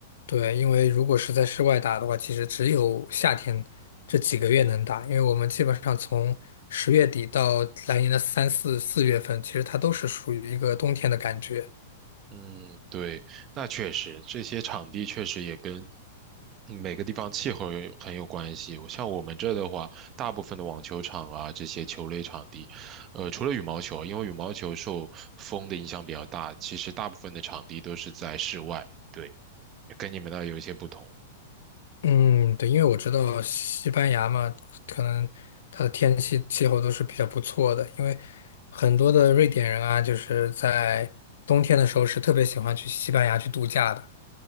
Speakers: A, on the left; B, on the right.
A: 对，因为如果是在室外打的话，其实只有夏天这几个月能打，因为我们基本上从十月底到来年的三四四月份，其实它都是属于一个冬天的感觉。
B: 嗯，对，那确实，这些场地确实也跟每个地方气候有很有关系。我像我们这的话，大部分的网球场啊，这些球类场地，呃，除了羽毛球，因为羽毛球受风的影响比较大，其实大部分的场地都是在室外。对，跟你们那儿有一些不同。
A: 嗯，对，因为我知道西班牙嘛，可能它的天气气候都是比较不错的，因为很多的瑞典人啊，就是在冬天的时候是特别喜欢去西班牙去度假的。